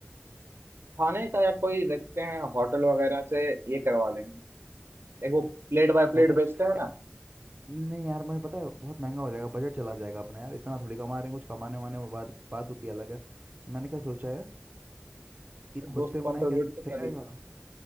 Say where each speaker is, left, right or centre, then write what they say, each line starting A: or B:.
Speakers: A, on the right; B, on the right.
A: खाने का या कोई देखते हैं होटल वगैरह से ये करवा लेंगे एक वो प्लेट बाय प्लेट
B: होटल
A: बेचते हैं ना
B: या नहीं यार मुझे पता है बहुत महंगा हो जाएगा बजट चला जाएगा अपना यार इतना थोड़ी कमा रहे हैं कुछ कमाने वाने में बात बात होती है अलग है तो मैंने क्या सोचा है कि खुद
A: दोस्त
B: से बनाए
A: कंट्रीब्यूट
B: क्या सही
A: तो कर
B: रहेगा